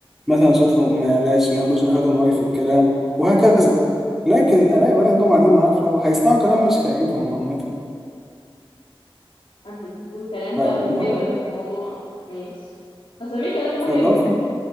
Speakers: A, in the centre; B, on the left (about 70°).
A: مثلا صوتهم ما يعلاش ما ياخدوش راحتهم قوي في الكلام وهكذا لكن الاقي بنات جم قاعدين معانا في القهوه هيسمعوا كلام مش هيعجبهم عامه
B: انتوا بتقولوا كلام
A: فاللي
B: بقى مهم
A: هو
B: في الموضوع ماشي هسميه كلام مهم
A: فاللي هو في